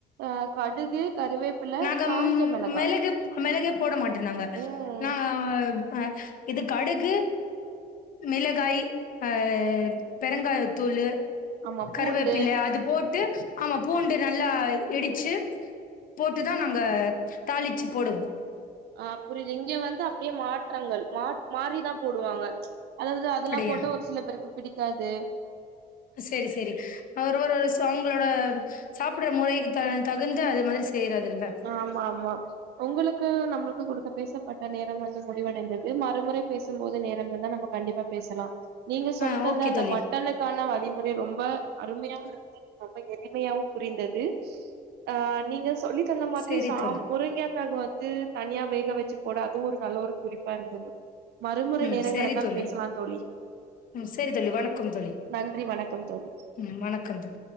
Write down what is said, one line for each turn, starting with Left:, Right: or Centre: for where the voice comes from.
Right: ஆ கடுகு கருவேப்பில
Left: நாங்க
Right: காஞ்ச
Left: ம்
Right: மிளகா
Left: மெளகு மெளகே போடமாட் ட நாங்க
Right: ம்
Left: நாங்க ஆ இது கடுகு மிளகாய் ஆ பெருங்காயத்தூளு
Right: ஆமா பூண்டு
Left: கருவேப்பில அது போட் டு ஆமா பூண்டு நல்லா இடிச்சு போட்டுதா நாங்க தாளிச்சு போடுவோ
Right: ஆ புரியுது இங்க வந்து அப்டியே மாற்றங்கள் மாற் மாரிதா போடுவாங்க அதாவது அதெல்லா
Left: அப்படியா
Right: போட்டா ஒரு சில பேருக்கு பிடிக் காது
Left: செரி செரி ஒரு ஒரு சோ அவங்களோட சாப் புடற முறைக்கு த தகுந்த அது மாதிரி செய்யறதுல்ல
Right: ஆமா ஆமா உங்களுக்கு நம க்கு குடுத்த பேசப்பட்ட நேரோ வந்து முடிவடைந்தது மறுமுறை பேசும் போது நேரங்கள்ல நம்ம கண்டிப்பா பேசலா நீங்க சொல்லித்
Left: ஆ
Right: தந்த
Left: ஓகே
Right: அந்த
Left: தோழி
Right: மட்டனுக்கான வழிமுறை ரொம்ப அருமையா இருந்தது ரொம்ப எளிமையாவு புரிந்தது ஆ நீங்க சொல்லி த்தந்த மாதிரி
Left: சரி
Right: சா
Left: தோழி
Right: முரங்கைக்காவுக்கு வந் து தனியா வேக வச்சு போட அதுவு ஒரு நல்ல ஒரு குறிப்பா இருந்தது மறுமுறை
Left: ம்
Right: நேரோ
Left: சரி
Right: கிடைத்தால்
Left: தோழி
Right: பேசலாந் தோழி
Left: ம் சரி தோழி வணக்கம் தோழி
Right: நன்றி வணக்கம் தோழி
Left: ம் வணக்கம் தோழி